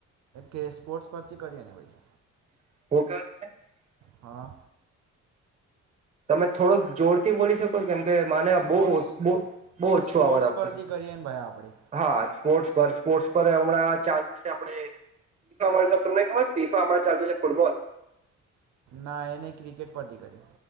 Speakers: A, on the right; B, on the right.
A: કે સ્પોર્ટ્સ પરથી કરીને ભાઈ?
B: <unintelligible>
A: હા.
B: તમે થોડોક જોરથી બોલી શક કેમ કે, માને
A: સ્પોર્ટ્સ
B: બહુ બહુ ઓછો
A: સ્પોર્ટ્સ
B: અવાજ આપતો
A: પરથી
B: છે.
A: કરીએ ને ભાઈ આપણે
B: હા. સ્પોર્ પર. સ્પોર્ટ્ પર હમણાં ચાલતું છે. આપ ફીફા તમને ખબર ફીફા, હમણાં ચાલતુ છે ફૂટબોલ?
A: ના યને ક્રિકેટ પરથી કરીએ.